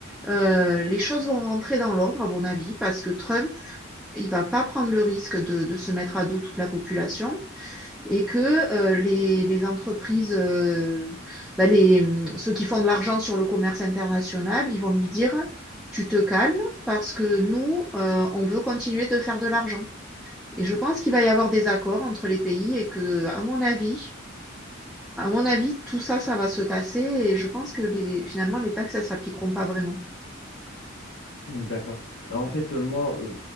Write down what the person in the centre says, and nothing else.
euh, les choses vont rentrer dans l'ordre, à mon avis, parce que Trump, il ne va pas prendre le risque de, de se mettre à dos toute la population et que euh, les, les entreprises, euh, bah, les, ceux qui font de l'argent sur le commerce international, ils vont lui dire, tu te calmes parce que nous, euh, on veut continuer de faire de l'argent. Et je pense qu'il va y avoir des accords entre les pays et que, à mon avis, à mon avis, tout ça, ça va se tasser et je pense que les, finalement, les taxes, ça s'appliqueront pas vraiment.